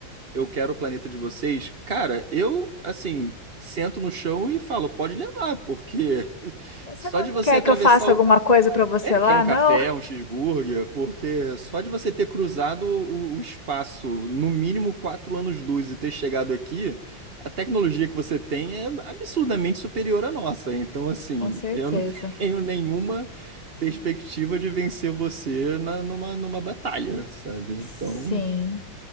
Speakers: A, on the right (about 40°); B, on the left (about 25°).
A: eu quero o planeta de vocês, cara, eu, assim, sento no chão e falo, pode levar, porque <laughs>
B: você
A: só
B: não
A: de
B: quer
A: você atravessar
B: que eu faça
A: o.
B: alguma coisa para você
A: É, que
B: lá,
A: é um café,
B: não?
A: é um cheeseburger, porque só de você ter cruzado o, o espaço, no mínimo quatro anos-luz e ter chegado aqui, a tecnologia que você tem é absurdamente superior à nossa. Então, assim,
B: Com certeza.
A: eu não <laughs> tenho nenhuma perspectiva de vencer você na, numa, numa batalha, sabe? Então,
B: Sim.